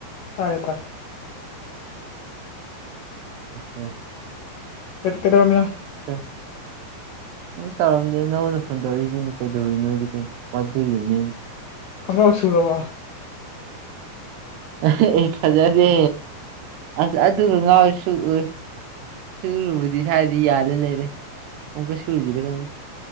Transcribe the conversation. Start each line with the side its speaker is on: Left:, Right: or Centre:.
Left: ꯇꯥꯏ ꯇꯥꯏ
Right: ꯎꯦ
Left: ꯀꯦ ꯀꯦꯗ ꯔꯃꯤꯅꯣ
Right: ꯀ ꯅꯪ ꯇꯧꯔꯝꯗꯦ ꯅꯉꯣꯟꯗ ꯐꯣꯟ ꯇꯧꯔꯛꯏꯁꯤꯅꯤ ꯀꯩꯗꯧꯋꯏꯤ ꯅꯣꯏꯗꯤ ꯃꯗꯨ ꯌꯨ ꯃ
Left: ꯀꯝꯥꯎ ꯁꯨꯔꯕꯣ
Right: ꯑꯩ ꯐꯖꯗꯦ ꯑꯁ ꯑꯗꯨꯒ ꯉꯥꯎ ꯁꯨꯎ ꯁꯨꯔꯨꯕꯗꯤ ꯁꯋꯥꯗꯤ ꯌꯥꯜꯂꯦ ꯂꯩꯔꯦ ꯑꯣꯡꯀ ꯁꯨꯔꯨꯖꯔꯦ ꯈꯪꯦ